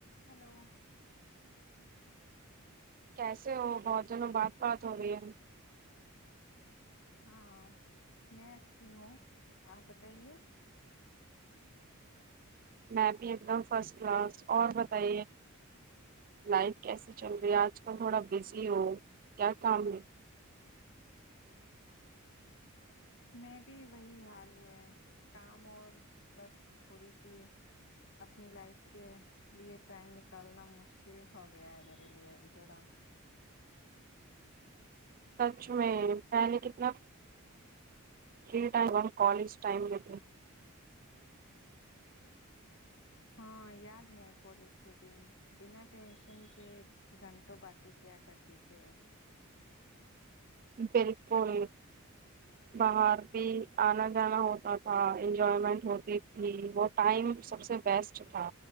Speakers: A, on the left; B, on the right.
A: hello <inaudible>
B: کیسے ہو بہت دنوں بات بات ہو رہی ہے <unintelligible>
A: ہاں میں اچھی ہوں آپ بتائیے <unintelligible>
B: میں بھی ایک دم فرسٹ کلاس اور بتائیے لائف کیسے چل رہی ہے آج کل تھوڑا بزی ہو <unintelligible> کیا کام ہے <inaudible>
A: میں بھی وہی حال ہے کام اور بس تھوڑی سی اپنی لائف کے لیئے ٹائم نکالنا مشکل ہو گیا ہے میرے لیئے ابھی تھوڑا <unintelligible>
B: سچ میں پہلے کتنا فری ٹائم اورن کالج ٹائم ل ت <unintelligible>
A: ہاں یاد ہے کالج کے دن بنا ٹینشن کے گھنٹوں باتیں کیا کرتے تھے <unintelligible>
B: بالکل باہر بھی آنا جانا ہوتا تھا انجوائمنٹ ہوتی تھی وہ ٹائم سب سے بیسٹ تھا